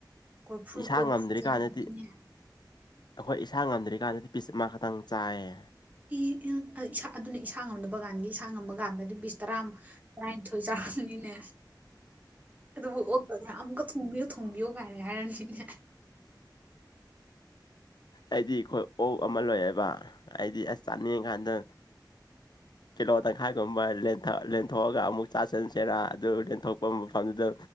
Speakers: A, on the right; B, on the left.
A: ꯀꯣꯔꯐꯨ
B: ꯏꯁꯥ
A: ꯀꯣꯔꯐꯨ
B: ꯉꯝꯗ꯭ꯔꯤ
A: ꯆꯥꯔꯝꯃꯅꯤꯅꯦ
B: ꯀꯥꯟꯗꯗꯤ ꯑꯩꯈꯣꯏ ꯏꯁꯥ ꯉꯝꯗ꯭ꯔꯤꯀꯥꯟꯗꯗꯤ ꯄꯤꯁ ꯑꯃ ꯈꯛꯇꯪ ꯆꯥꯏꯌꯦ
A: ꯏ ꯎ ꯏꯁ ꯑꯗꯨꯅ ꯏꯁꯥ ꯉꯝꯗꯕ ꯀꯥꯟꯒꯤ ꯏꯁꯥꯡ ꯉꯝꯕ ꯀꯥꯟꯗꯗꯤ ꯕꯤ ꯇꯔꯥ ꯇꯔꯥꯅꯤꯊꯣꯏ ꯆꯥꯕꯅꯤꯅꯦ ꯑꯗꯨꯕꯨ ꯑꯣ ꯑꯃꯨꯛꯀ ꯊ ꯊꯣꯡꯕꯤꯌꯣ ꯀꯥꯏꯔꯦ ꯍꯥꯏꯔꯔꯕꯅꯤꯅꯦ
B: ꯑꯩꯗꯤ ꯑꯩꯈꯣꯏ ꯑꯣꯛ ꯑꯃ ꯂꯣꯏꯑꯕ ꯍꯥꯏꯗꯤ ꯑꯁ ꯆꯥꯅꯤꯡꯉꯀꯥꯟꯗ ꯀꯤꯂꯣ ꯇꯪꯈꯥꯏꯒꯨꯝꯕ ꯂꯦꯟꯊꯣꯛꯑꯒ ꯑꯃꯨꯛ ꯆꯥ ꯆꯟꯁꯤꯦꯔꯥ ꯑꯗꯨ ꯂꯦꯟꯊꯣꯛꯄ ꯃꯐꯝꯗꯨꯗ